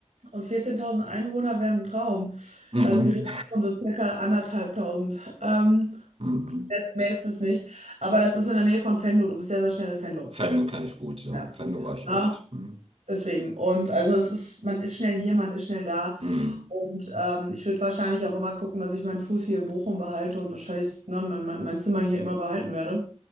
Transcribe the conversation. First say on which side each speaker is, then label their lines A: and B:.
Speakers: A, on the right; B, on the right.
A: Und 14.000 Einwohner wären ein Traum.
B: Mhm.
A: Also wir reden von so circa anderthalbtausend. Ähm,
B: Mhm.
A: mehr ist mehr ist es nicht. Aber das ist in der Nähe von Venlo. Du bist sehr, sehr schnell in Venlo.
B: Venlo kenne ich gut, ja.
A: Ja.
B: Venlo war ich
A: Ja,
B: oft. Mhm.
A: deswegen. Und also es ist, man ist schnell hier, man ist schnell da.
B: Mhm.
A: Und ähm, ich würde wahrscheinlich auch immer gucken, dass ich meinen Fuß hier in Bochum behalte und wahrscheinlich, ne, mein, mein, mein Zimmer hier immer behalten werde.